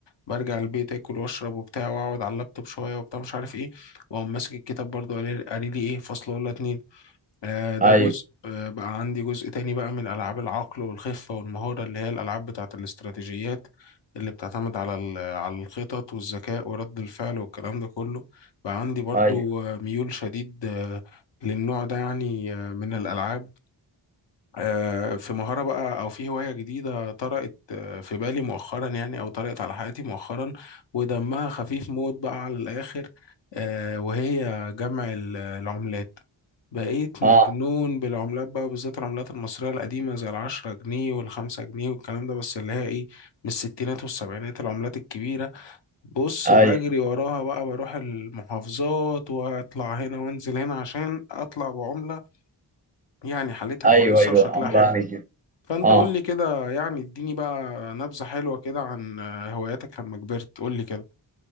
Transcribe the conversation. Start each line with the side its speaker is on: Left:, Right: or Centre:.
Left: برجع البيت اكل واشرب وبتاع واقعد على اللابتوب شويه وبتاع مش عارف ايه واقوم ماسك الكتاب برضه قاري قاري لي ايه فصل ولا اتنين آه، ده
Right: ايوه
Left: جزء آه، بقى عندي جزء تاني بقى من ألعاب العقل والخفة والمهارة اللي هي الألعاب بتاعة الاستراتيجيات اللي بتعتمد على ال- على الخطط والذكاء ورد الفعل والكلام ده كله بقى عندي برضو
Right: ايوه
Left: آه، ميول شديد آه، للنوع ده يعني آه، من الألعاب آه، في مهارة بقى أو في هواية جديدة طرقت آه، في بالي مؤخرا يعني أو طرقت على حياتي مؤخرا ودمها خفيف موت بقى على الآخر آه، وهي جمع ال- العملات بقيت
Right: اه
Left: مجنون بالعملات بقى بالذات العملات المصرية القديمة زي العشرة جنيه والخمسة جنيه والكلام ده بس اللي هي إيه من الستينات والسبعينات العملات الكبيرة بص
Right: ايوه
Left: بجري وراها بقى بروح المحافظات وأطلع هنا وأنزل هنا عشان أطلع بعملة يعني حالتها
Right: ايوه
Left: كويسة
Right: ايوه
Left: وشكلها
Right: عمرو
Left: حلو
Right: عليك
Left: فانت
Right: اه
Left: قول لي كده يعني اديني بقى نبذة حلوة كده عن آه، هواياتك لما كبرت قول لي كده